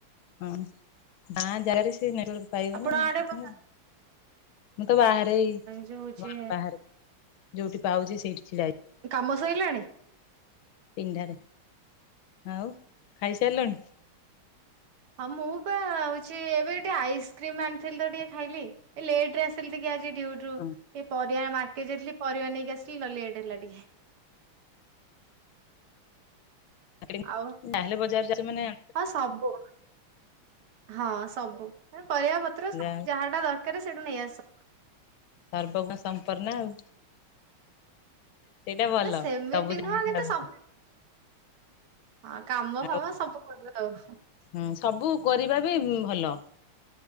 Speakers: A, on the left (about 75°); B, on the right (about 85°).
A: ହଁ ଗାଁ ଜାଗାରେ ସେ ନେ ପାଇବନି
B: ଆପଣ
A: <unintelligible>
B: ଆଡେ ହଁ
A: ମୁଁ ତ ବାହାରେ ଏଇ
B: ଯୋଉ ହଉଛି
A: ଘର ବାହାରେ, ଯୋଉଠି ପାଉଛି ସେଇଠି ଛିଡ଼ା ହେଇଛି।
B: କାମ ସଇଲାଣି?
A: ପିଣ୍ଡାରେ ଆଉ ଖାଇସାରିଲଣି?
B: ଆ ମୁଁ ପା ହୋଉଛି ଏବେ ଟିକେ ଆଇସ୍କ୍ରିମ୍ ଆଣିଥିଲି ତ ଟିକେ ଖାଇଲି। ଏ ଲେଟରେ ଆସିଲି ଟିକେ ଆଜି ଡ୍ୟୁଟି ରୁ
A: ହଁ
B: ଟିକେ ପରିବା ମାର୍କେଟ ଯାଇଥିଲି ପରିବା ନେଇକି ଆସିଲି ତ ଲେଟ୍ ହେଲା ଟିକେ।
A: ମାର୍କେଟିଙ୍ଗ
B: ଆଉ
A: ତାହେଲେ, ବଜାର ଯାଉଛମାନେ
B: ହଁ ସବୁ। ହଁ ସବୁ ଏ ପରିବା ପତ୍ର
A: ଯାହା
B: ସବୁ ଯାହାଟା ଦରକାର ସେଇଠୁ ନେଇ ଆସ।
A: ସର୍ବଗୁଣ ସଂପନ୍ନା ଆଉ। ସେଇଟା ଭଲ
B: ନା ସେମିତି
A: ସବୁ ଜାଣିବାର
B: ନୁହ କିନ୍ତୁ ସବୁ। ହଁ କାମ
A: ଆଉ
B: ଫାମ ସବୁ କରେ ଆଉ।
A: ହୁଁ ସବୁ କରିବା ବି ଉଁ ଭଲ।